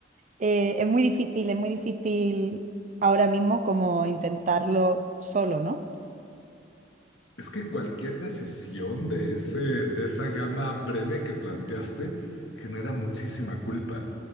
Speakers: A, on the right; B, on the left.
A: Eh, es muy difícil, es muy difícil ahora mismo como intentarlo solo, ¿no?
B: Es que cualquier decisión de ese, de esa gama breve que planteaste genera muchísima culpa.